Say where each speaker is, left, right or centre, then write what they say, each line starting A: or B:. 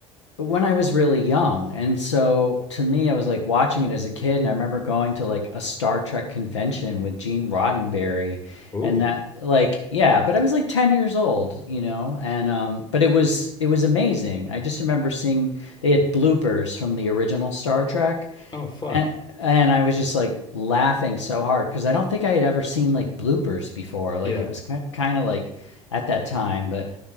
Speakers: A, on the left (about 75°); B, on the left (about 30°).
A: when I was really young. And so to me, I was like watching it as a kid. And I remember going to like a Star Trek convention with Gene Roddenberry
B: Ooh,
A: and that like yeah but i was like 10 years old you know and um but it was it was amazing i just remember seeing they had bloopers from the original star trek
B: oh, fun.
A: and and i was just like laughing so hard because i don't think i had ever seen like bloopers before like
B: Yeah.
A: it was kind of like at that time but